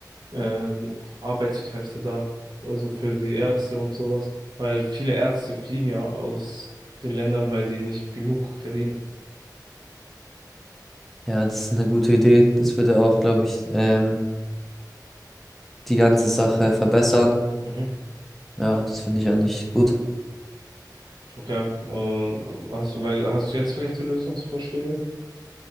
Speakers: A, on the right; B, in the centre.
A: ähm, Arbeitskräfte da. Also für die Ärzte und sowas. Weil viele Ärzte fliehen ja aus den Ländern, weil die nicht genug verdienen.
B: Ja, das ist eine gute Idee. Das würde auch, glaube ich, ähm, die ganze Sache verbessern.
A: Mhm.
B: Ja, das finde ich eigentlich gut.
A: Okay. Und hast du, weil, hast du jetzt vielleicht die Lösungsvorschläge?